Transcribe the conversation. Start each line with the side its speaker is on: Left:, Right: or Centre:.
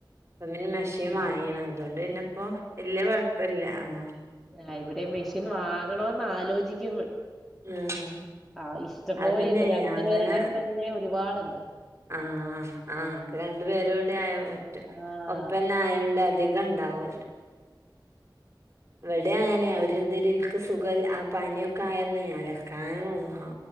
Right: പിന്നെ മെഷി <unintelligible>
Centre: ആഹ്
Right: അതുകൊണ്ട് തന്നെ ഇപ്പോ വല്യ കൊഴപ്പില്ല ആഹ്
Centre: ആ ഇവിടെ മെഷീൻ വാങ്ങണോന്ന് ആലോചിക്കുന്ന്.
Right: ആഹ്
Centre: ആ ഇഷ്ടംപോലെണ്ട്
Right: അത് പിന്നെ
Centre: രണ്ടു
Right: അങ്ങനെ
Centre: പേരുടെയും തന്നെ ഒരുപാട്ണ്ട്.
Right: ആഹ് ആഹ് രണ്ട് പേരൂടി ആയ ഒറ്റ
Centre: ആഹ്
Right: ഒപ്പന്നെ ആയോണ്ട് അധി രണ്ടാവൊല്ലോ ഇവടെ അങ്ങനെ അവര് ഇതില് ഇൻക്ക് സുഖം ആ പനിയൊക്കെ ആയെന്നെ അലക്കാനും ആ